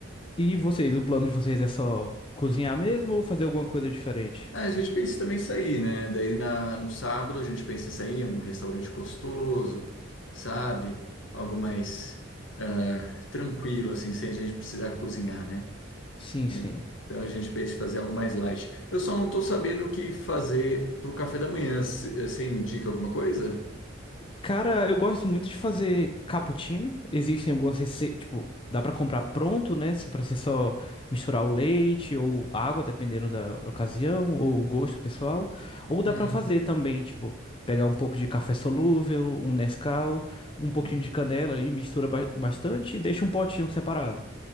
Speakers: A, on the left; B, on the left.
A: E vocês, o plano de vocês é só cozinhar mesmo ou fazer alguma coisa diferente?
B: Ah, a gente pensa também em sair, né? Daí na, no sábado a gente pensa em sair em algum restaurante gostoso, sabe? Algo mais ah, tranquilo, assim, sem a gente precisar cozinhar, né?
A: Sim,
B: Então
A: sim.
B: a gente pensa em fazer algo mais light. Eu só não estou sabendo o que fazer para o café da manhã. C- eh, Você indica alguma coisa?
A: Cara, eu gosto muito de fazer cappuccino. Existem algumas receitas, tipo, dá pra comprar pronto, né? Assim, pra você só misturar o leite ou água, dependendo da ocasião, ou o gosto pessoal. Ou
B: Hum,
A: dá pra fazer também, tipo, pegar um pouco de café solúvel, um Nescau, um pouquinho
B: hum.
A: de canela ali, mistura ba- bastante e deixa um potinho separado.